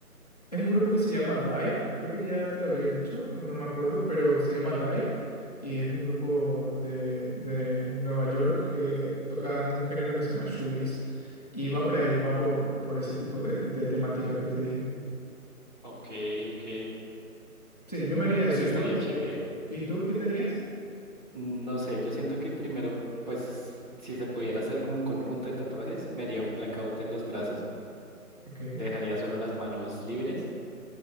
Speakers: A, on the left (about 25°); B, on the right (about 30°).
A: Es un grupo que se llama Dive, creo que ya te lo había dicho, no me acuerdo, pero se llama Dive y es un grupo de, de Nueva York que tocan un género que se llama shoegaze y va por ahí, va por, por ese tipo de, de temática que te dije.
B: Ok, ok.
A: Sí, yo me
B: Uy,
A: haría
B: pues
A: eso.
B: estaría
A: ¿Y tú?
B: chévere.
A: ¿Y tú qué te harías?
B: No sé, yo siento que primero, pues si se pudiera hacer como un conjunto de tatuajes, me haría un blackout en los brazos,
A: Ok.
B: dejaría solo las manos libres